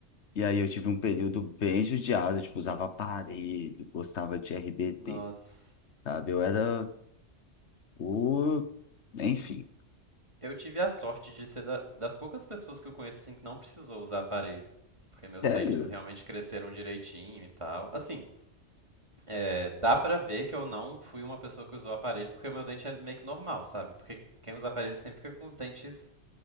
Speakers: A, on the left; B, on the right.
A: e aí eu tive um período bem judiado, tipo, usava aparelho, gostava de RBD,
B: Nossa.
A: sabe? Eu era o. Enfim,
B: Eu tive a sorte de ser da- das poucas pessoas que eu conheço assim que não precisou usar aparelho, porque meus
A: sério?
B: dentes realmente cresceram direitinho e tal. Assim, é, dá pra ver que eu não fui uma pessoa que usou aparelho, porque o meu dente é meio que normal, sabe? Porque quem usa aparelho sempre fica com os dentes